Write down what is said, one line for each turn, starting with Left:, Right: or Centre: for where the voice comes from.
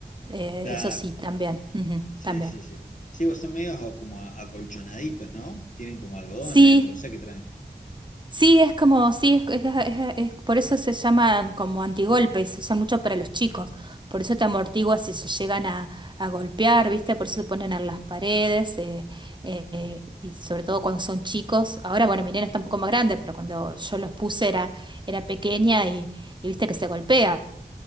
Right: Eh,
Left: Claro,
Right: eso sí, también. ujú,
Left: sí,
Right: también.
Left: sí, sí. Sí, pues son medios como a- acolchonaditos, ¿no? Tienen como algodón
Right: Sí,
Left: adentro, no sé qué traen.
Right: Sí, es como, sí, es, es- es- es- por eso se llaman como antigolpes, se usan mucho para los chicos, por eso te amortigua si se llegan a, a golpear, ¿viste? Por eso se ponen en las paredes, eh, eh, eh, y sobre todo cuando son chicos. Ahora, bueno, mi nena está un poco más grande, pero cuando yo los puse era, era pequeña y, y viste que se golpea